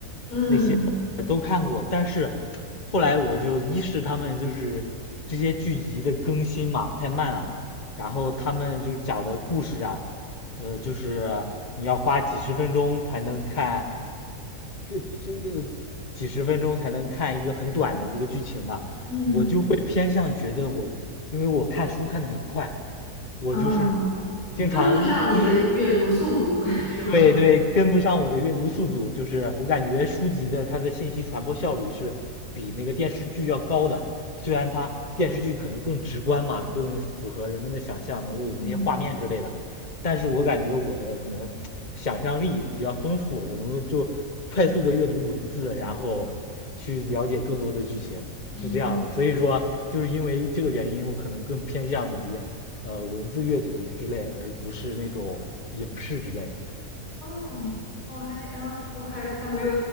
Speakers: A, on the left; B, on the left.
A: 嗯
B: 那些都看过，但是后来我就一是他们就是这些剧集的更新嘛太慢了，然后他们就是讲的故事啊，呃，就是你要花几十分钟才能看，这这个几十分钟才能看一个很短的一个剧情嘛，
A: 嗯嗯
B: 我就会偏向觉得我，因为我看书看的很快，我就是
A: 啊，
B: 经常一一
A: 跟不上你的阅读速度 <laughs> 是吗？
B: 对对，跟不上我的阅读速度，就是我感觉书籍的它的信息传播效率是比那个电视剧要高的，虽然它电视剧可能更直观嘛，更符合人们的想象，能够有那些画面之类的，
A: 嗯
B: 但是我感觉我的可能想象力比较丰富，我能够就快速的阅读文字，然后去了解更多的剧情，
A: 嗯，
B: 是这样的。所以说，就是因为这个原因，我可能更偏向于呃文字阅读之类，而不是那种影视之类的。
A: 哦，我还啊，我还还没有